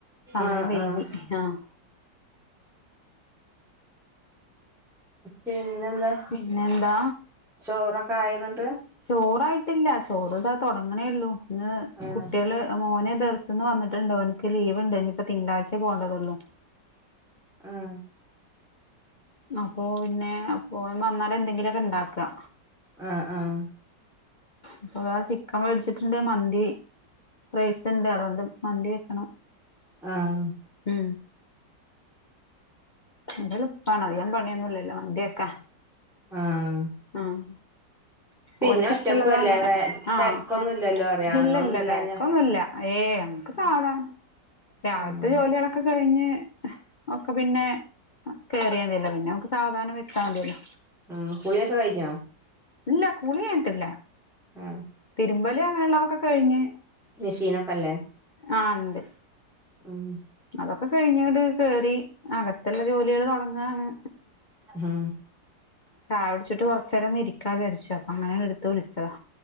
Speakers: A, on the left (about 45°); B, in the centre.
A: സമയം
B: ആഹ്
A: വൈകി
B: ആഹ്
A: ആഹ്
B: പിന്നെന്താ?
A: പിന്നെന്താ?
B: ചോറൊക്കെ ആയോ എന്നിട്ട്?
A: ചോറായിട്ടില്ല ചോറ് ഇതാ തൊടങ്ങണേയിള്ളൂ, ഇന്ന്
B: ആഹ്
A: കുട്ടികള് മോനെ ദർശ്ന്ന് വന്നിട്ടിണ്ട്, ഓൻക്ക് ലീവ്ണ്ട്, ഇനിയിപ്പോ തിങ്കളാഴ്ചേ പോകേണ്ടതുള്ളു.
B: ആഹ്
A: അപ്പോ പിന്നെ ഓൻ വന്നാല് എന്തെങ്കിലൊക്കെ ഇണ്ടാക്ക.
B: ആഹ് ആഹ്
A: ഇപ്പതാ ചിക്കൻ മേടിച്ചിട്ടിണ്ട്, മന്തി റൈസ് ഇണ്ട് അതുകൊണ്ട് മന്തി വെക്കണം.
B: ആഹ്
A: മ് എന്തെളിപ്പാണ് അധികം പണിയൊന്നും ഇല്ലല്ലോ മന്തിക്കെ.
B: ആഹ്
A: ആഹ്
B: പിന്നെ
A: ഓനക്ക്
B: ഒറ്റക്കുല്ലേ
A: ഇഷ്ടമുള്ളത് അങ്ങനെ
B: വേ
A: ആഹ്
B: തെരക്കൊന്നും ഇല്ലല്ലോ കൊറേ ആണുങ്ങളൊന്നുംല്ലഞ്ഞ
A: ഇല്ല ഇല്ല തിരക്കൊന്നുല്ല ഏയ് ഞമ്മക്ക് സാധാ രാവിലത്തെ
B: ഉം
A: ജോലികളക് ക്കെ കഴിഞ്ഞ് ഒക്കെ പിന്നെ കേറിയതില്ല പിന് ന്നെ നമുക്ക് സാവധാനം വെച്ചാ മതീയല്ലോ.
B: മ് കുളിയക്ക കയിഞ്ഞോ?
A: ഇല്ല കുളി കയിഞ്ഞിട്ടില്ല,
B: ആഹ്
A: തിരുമ്പല് അങ്ങനെയുള്ളതൊക്കെ കഴിഞ്ഞ്
B: മെഷീനൊക്കെല്ലേ?
A: ആഹ് ഇണ്ട്.
B: ഉം
A: അതൊക്കെ കഴിഞ്ഞ് ഇങ്ങ്ട് കേറി അകത്തുള്ള ജോലികള് തൊടങ്ങാണ്.
B: മ്
A: ചായ കുടിച്ചിട്ട് കൊറച്ച് നേരൊന്ന് ഇരിക്കാന്ന് വിചരിച്ചു അങ്ങനെ എടുത്ത് വിളിച്ചതാ